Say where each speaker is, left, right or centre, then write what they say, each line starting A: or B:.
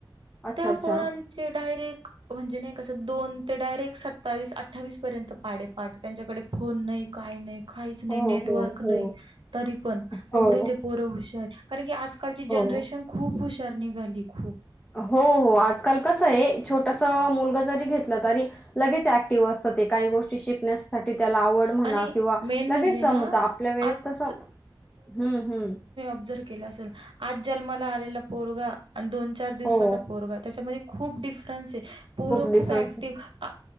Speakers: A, on the left; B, on the right.
A: अच्छा
B: त्या
A: अच्छा
B: पोरांचे डायरेक्ट म्हणजे नाही कसं दोन ते डायरेक्ट सत्तावीस अठ्ावीस र्यंत पा त्यांच्याकडे फोन नाही काही नाही काहीच नाही
A: हो
B: नेटवर्क
A: हो
B: नाही
A: हो
B: तरी पण
A: हो
B: एवढे ते पोर हु कारण क आजकालची जनरेशन
A: हो
B: खूप हुशार निघाली खूप
A: हो हो आजकाल कस आहे छोटस मुलग जरी घेतलं तरी लगेच ऍक्टिव्ह असत काही गोष्टी शिकण्यासाठी त्याला आवड म्हणा
B: आणि
A: किंवा
B: मेन म्हणजे
A: लगेच जमत
B: ना,
A: आपल्या वेळेस
B: आज
A: कसं हम्म हम्म
B: ऑबझर्व केलं असेल आज जन्माला आलेला पोरगा आणि दोन चार दिवसाचा
A: हो.
B: पोरगा त्याच्यामध्ये खूप डिफ फ पोर
A: डिफरन्स
B: खूप ऍक्टिव्ह
A: आहे.